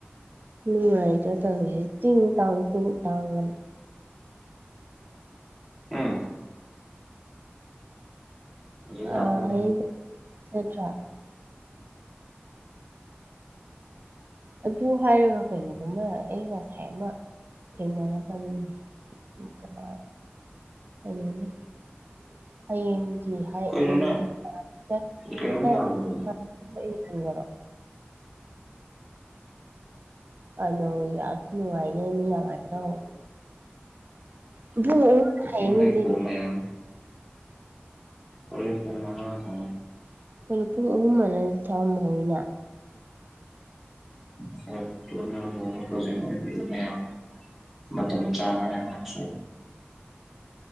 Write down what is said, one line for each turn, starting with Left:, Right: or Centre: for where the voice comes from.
Right: ꯅꯨꯡꯉꯥꯏꯇꯦ ꯇꯧꯔꯤꯁꯦ ꯇꯤꯡ ꯇꯥꯡ ꯇꯤꯡ ꯇꯥꯡ ꯑꯅꯥ
Centre: ꯎꯝ ꯍꯧꯖꯤꯛ
Right: ꯑꯥ
Centre: ꯂꯥꯛꯀꯅꯤ
Right: ꯑꯩ ꯅꯠꯇ꯭ꯔꯥ ꯑꯗꯨ ꯍꯥꯏꯔꯒ ꯀꯩꯅꯣꯝꯃ ꯑꯩ ꯉꯁꯥꯏ ꯀꯩꯅꯣ ꯑꯃ ꯊꯦꯡꯅꯔꯝꯕꯅꯤꯅꯦ ꯀꯩꯅ <inaudible> ꯍꯌꯦꯡꯒꯤ ꯍꯌꯦꯡꯒꯤ
Centre: ꯀꯩꯅꯣꯅ
Right: ꯑꯣꯏꯔꯣ
Centre: ꯀꯩꯅꯣꯝ ꯌꯥꯈꯤꯗ
Right: <unintelligible> ꯑꯅꯧ ꯑꯁ ꯅꯨꯡꯉꯥꯏꯅꯤꯍꯦ ꯃꯤ ꯑꯗꯨꯃꯥꯏꯅ ꯇꯧꯔ ꯍꯗꯅꯤ
Centre: ꯃꯤꯇꯤꯡ ꯂꯩꯀꯣ
Right: <unintelligible>
Centre: ꯃꯌꯥꯝ ꯍꯣꯔꯦꯟ ꯄꯨꯡ ꯃꯉꯥ ꯑꯗꯨꯋꯥꯢ
Right: ꯀꯩꯅꯣ ꯄꯨꯡ ꯑꯍꯨꯝ ꯑꯗꯨꯋꯥꯢꯗꯗꯤ ꯊꯧꯔꯝ ꯍꯧꯅꯤꯅ
Centre: <inaudible> ꯃꯇꯝ ꯆꯥꯅꯁꯨ <unintelligible>